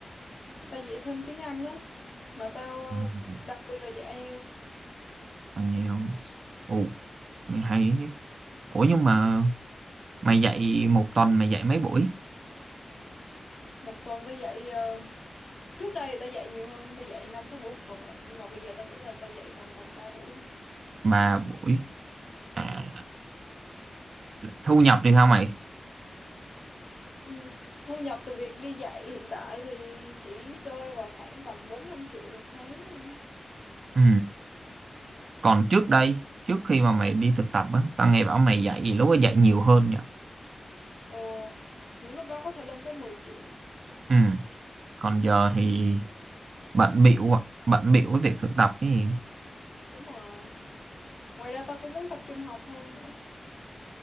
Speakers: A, on the left; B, on the right.
A: tao dạy thêm tiếng Anh á mà tao ờ,
B: <laughs>
A: đặc biệt là dạy IELTS
B: Ừ. mày ồ mày hay ấy chứ ủa nhưng mà mày dạy một tuần mày dạy mấy buổi
A: một tuần tao dạy ờ, trước đây tao dạy nhiều hơn tao dạy năm sáu buổi một tuần lận nhưng mà bây giờ tao nghĩ là tao dạy còn tầm ba buổi thôi.
B: ba buổi à thu nhập thì sao mày
A: Ừ, thu nhập từ việc đi dạy hiện tại thì chỉ rơi vào khoảng tầm 4 5 triệu một tháng thôi.
B: ừ. còn trước đây trước khi mà mày đi thực tập á tao nghe bảo mày dạy lúc đó dạy nhiều hơn nhỉ
A: Ồ, những lúc đó có thể lên tới 10 triệu.
B: ừ. còn giờ thì bận bịu ạ bận bịu với việc thực tập ấy
A: Đúng rồi. Ngoài ra tao cũng muốn tập trung học hơn nữa.